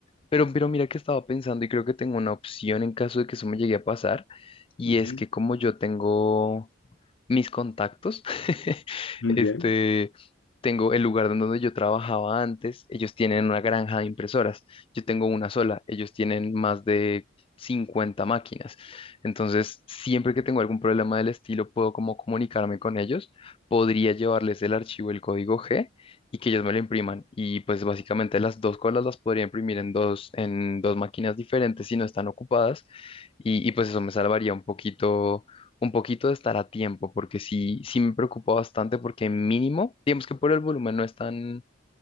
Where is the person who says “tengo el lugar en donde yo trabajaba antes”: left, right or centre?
Left